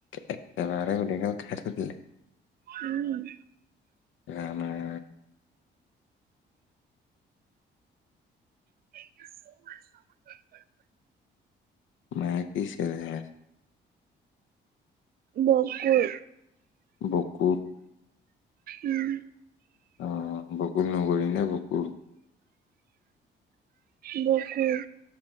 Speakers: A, on the left; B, on the right.
A: এক বাৰে গুডিকাল খাই থৈ দিলে।
B: উম।
A: এ, নাই।
B: <unintelligible>
A: মায়ে কি চিঞৰি আছে?
B: বকুৰ।
A: বকুত।
B: উম।
A: অ' বকুল নগৰী নে বকুল?
B: বকুল।